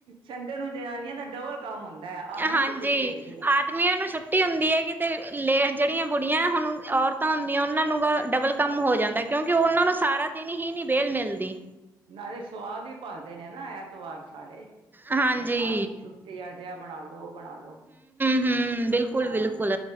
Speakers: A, on the right; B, on the right.
A: ਸੰਡੇ ਨੂੰ ਜਨਾਨੀਆਂ ਦਾ ਡਬਲ ਕੰਮ ਹੁੰਦਾ ਐ। ਆਦਮੀਆਂ
B: ਹਾਂਜੀ।
A: ਦੀ ਛੁੱਟੀ ਹੁੰਦੀ ਐ।
B: ਆਦਮੀਆਂ ਨੂੰ ਛੁੱਟੀ ਹੁੰਦੀ ਏ ਕਿਤੇ ਲ ਜੇੜੀਆਂ ਗੁੜੀਆਂ- ਹੁਣ ਔਰਤਾਂ ਹੁੰਦੀਆਂ ਉਨਾਂ ਨੂੰ ਵੀ ਘ ਡਬਲ ਕੰਮ ਹੋ ਜਾਂਦਾ। ਕਿਉਂਕਿ ਉਨਾਂ ਨੂੰ ਸਾਰਾ ਦਿਨ ਹੀ ਨੀ ਵੇਹਲ ਮਿਲਦੀ।
A: ਨਾਲੇ ਸੁਆਦ ਵੀ ਭਾਲਦੇ ਨੇ ਨਾ ਐਤਵਾਰ ਸਾਰੇ।
B: ਹਾਂਜੀ,
A: ਬਾਈ ਅੱਜ ਛੁੱਟੀ ਆ- ਜਹ ਬਣਾ ਲਓ। ਬਣਾ ਲੋ।
B: ਹੂੰ ਹੂੰ ਬਿਲਕੁਲ
A: ਹਾਂ
B: ਬਿਲਕੁਲ